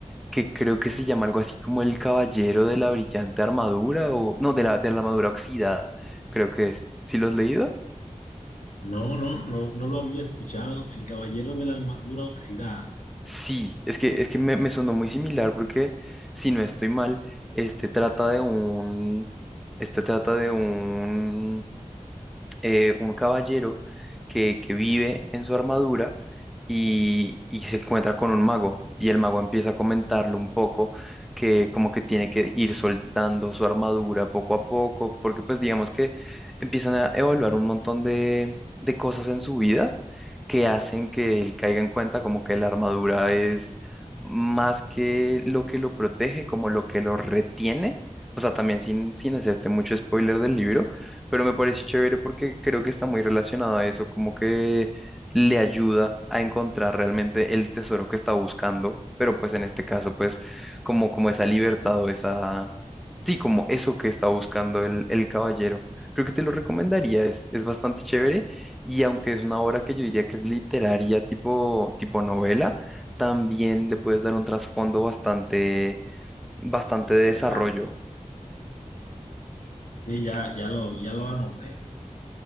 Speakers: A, in the centre; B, on the left.
A: que creo que se llama algo así como el Caballero de la Brillante Armadura o no, de la, de la Armadura Oxidada, creo que es. ¿Sí lo has leído?
B: No, no, no, no lo había escuchado. El Caballero de la Armadura Oxidada.
A: Sí, es que, es que me, me sonó muy similar porque, si no estoy mal, este trata de un, este trata de un eh, un caballero que, que vive en su armadura y, y se encuentra con un mago y el mago empieza a comentarle un poco que como que tiene que ir soltando su armadura poco a poco, porque pues digamos que empiezan a evaluar un montón de, de cosas en su vida que hacen que él caiga en cuenta como que la armadura es más que lo que lo protege, como lo que lo retiene. O sea, también sin, sin hacerte mucho spoiler del libro, pero me parece chévere porque creo que está muy relacionado a eso, como que le ayuda a encontrar realmente el tesoro que está buscando, pero pues en este caso, pues como, como esa libertad o esa, sí, como eso que está buscando el, el caballero. Creo que te lo recomendaría, es, es bastante chévere y aunque es una obra que yo diría que es literaria tipo, tipo novela, también le puedes dar un trasfondo bastante, bastante
B: Interesante.
A: de desarrollo.
B: Sí, ya, ya lo, ya lo anoté.